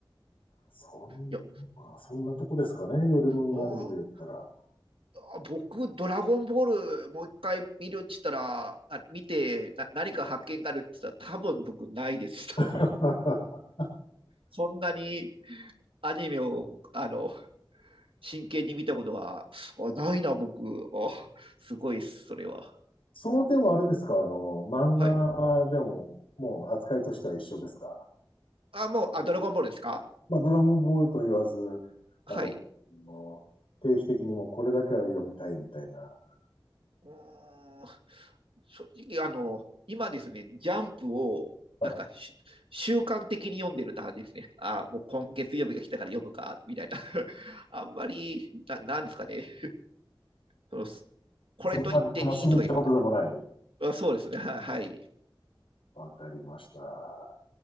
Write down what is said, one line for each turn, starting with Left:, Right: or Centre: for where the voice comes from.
Left: そんまあ、
Right: や、
Left: そんなとこですかね、ヨルムンガンドで言ったら。
Right: おあ僕、ドラゴンボールもう一回見るって言ったら、あ見てな何か発見があるって言ったら、多分僕ないです、<laughs> 多分。
Left: <laughs>
Right: そんなにアニメをあの真剣に見たことはあないな、僕。あすごいっす、それは。
Left: その点はあれですか、あの、漫画でも、
Right: はい。
Left: もう扱いとしては一緒ですか。
Right: あ、もう、あ、ドラゴンボールですか
Left: まあ、ドラゴンボールと言わず、あの、
Right: はい。
Left: もう定期的にもうこれだけは読みたいみたいな。
Right: うーん正直、あの、今ですね、ジャンプを、
Left: はい。
Right: なんかし、習慣的に読んでるなですね。あもう今月曜日が来たから読むか、みたいな。<laughs> あんまり、ななんですかね。そのこれと言っていいとか言うの
Left: そこまで楽しみってことでもない。
Right: は、あそうですね。はい。
Left: わかりました。